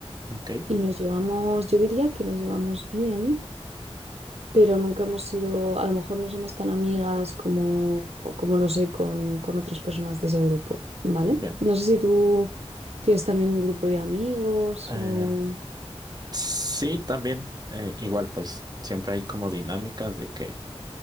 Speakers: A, on the right; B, on the right.
A: ok,
B: y nos llevamos, yo diría que nos llevamos bien, pero nunca hemos sido, a lo mejor no somos tan amigas como, como lo soy con, con otras personas de ese grupo, ¿vale?
A: bien.
B: No sé si tú tienes también un grupo de amigos
A: Eh,
B: o...
A: sí, también, eh, igual, pues siempre hay como dinámicas de que